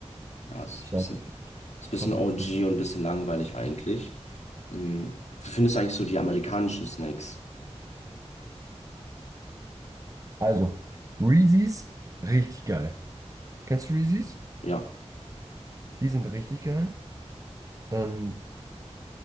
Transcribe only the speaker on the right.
ich
sag
euch, ich,
ich habe
nichts dagegen.
Also, Reese's, richtig geil. Kennst du Reese's?
Die sind richtig geil. Ähm,